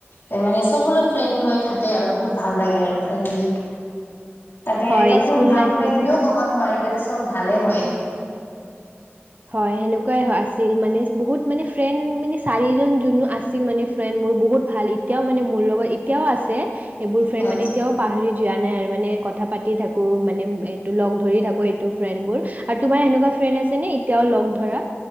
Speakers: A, on the left; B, on the right.
A: তাৰ মানে চবলৈ ফ্ৰেণ্ড হৈ থাকে আৰু বহুত ভাল লাগে আৰু ফ্ৰেণ্ডলি।
B: <inaudible>
A: তাতে এটা কোন
B: স্কুল
A: ভাল
B: লাইফত
A: ফ্ৰেণ্ড বুলিও
B: হয়।
A: ক'ব নোৱাৰি, তাতে চব ভালে হয়।
B: হয়, সেনেকুৱাই আছিল মানে বহুত মানে ফ্ৰেণ্ড মানে চাৰিজন যোনো আছিল মানে ফ্ৰেণ্ড মোৰ বহুত ভাল এতিয়াও মানে মোৰ লগত এতিয়াও আছে, এইবোৰ ফ্ৰেণ্ড
A: হয়
B: মানে এতিয়াও পাহৰি যোৱা নাই আৰু মানে কথা পাতি থাকোঁ মানে এইটো লগ ধৰি থাকোঁ এইটো ফ্ৰেণ্ডবোৰ। আৰু তোমাৰ এনেকুৱা ফ্ৰেণ্ড আছে নে এতিয়াও লগ ধৰা?